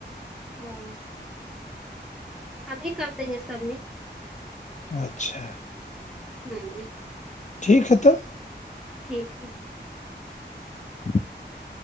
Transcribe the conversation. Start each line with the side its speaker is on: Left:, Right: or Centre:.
Centre: <inaudible> ہم ہی کر دیں گے سب میں
Left: اچھا
Centre: ہوں
Left: ٹھیک ہے توب <unintelligible>
Centre: ٹھیک ہے
Left: <inaudible>